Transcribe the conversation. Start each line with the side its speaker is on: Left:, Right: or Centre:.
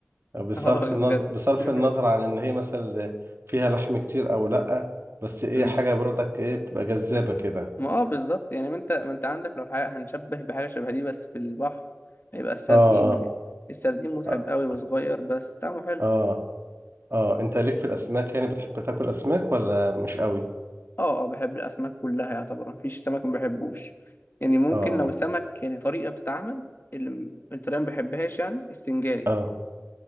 Right: بصرف
Left: اه
Right: النظر
Left: بجد
Right: بصرف
Left: <laughs>
Right: النظر عن ان هي مثلا فيها لحم كتير او لا بس ايه
Left: امم
Right: حاجه برضك ايه بتبقى جذابه كده
Left: ما اه بالظبط يعني ما انت ما انت عندك لو حاجة هنشبه بحاجه شبه دي بس في البحر هيبقى السردين
Right: اه اه
Left: السردين متعب
Right: اه
Left: قوي وصغير بس طعمه حلو
Right: اه اه انت ليك في الاسماك يعني بتحب تاكل اسماك ولا مش قوي
Left: اه اه بحب الاسماك كلها يعتبر مفيش سمك ما بحبوش يعني ممكن
Right: اه
Left: لو سمك يعني طريقه بتتعمل اللي م- الطريقه ما بحبهاش يعني السنجاري
Right: اه